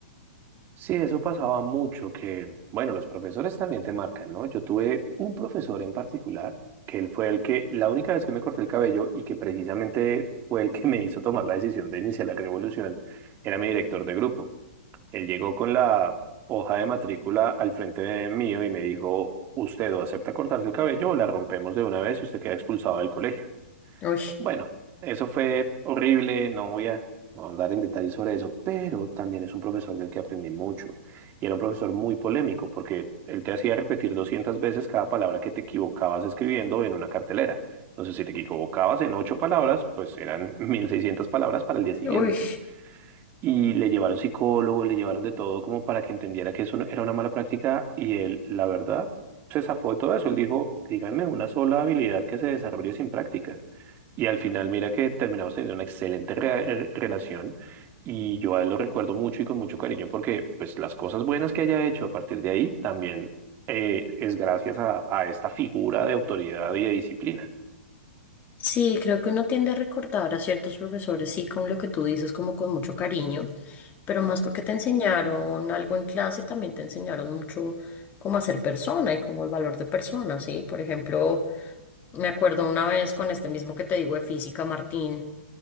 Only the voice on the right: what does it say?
Sí, eso pasaba mucho, que, bueno, los profesores también te marcan, ¿no? Yo tuve un profesor en particular, que él fue el que, la única vez que me corté el cabello y que precisamente fue el que me hizo tomar la decisión de iniciar la revolución, era mi director de grupo. Él llegó con la hoja de matrícula al frente de mío y me dijo, usted o acepta cortarse el cabello o la rompemos de una vez y usted queda expulsado del colegio.
Bueno, eso fue horrible, no voy a no ahondar en detalles sobre eso, pero también es un profesor del que aprendí mucho. Y era un profesor muy polémico porque él te hacía repetir 200 veces cada palabra que te equivocabas escribiendo en una cartelera. Entonces, si te equivocabas en ocho palabras, pues eran <laughs> 1600 palabras para el día siguiente.
Y le llevaron psicólogo, le llevaron de todo como para que entendiera que eso no- era una mala práctica y él, la verdad, se zafó de todo eso. Él dijo, díganme una sola habilidad que se desarrolle sin práctica. Y al final, mira que terminamos teniendo una excelente rea- eh, relación y yo a él lo recuerdo mucho y con mucho cariño porque pues las cosas buenas que haya hecho a partir de ahí también eh, es gracias a, a esta figura de autoridad y de disciplina.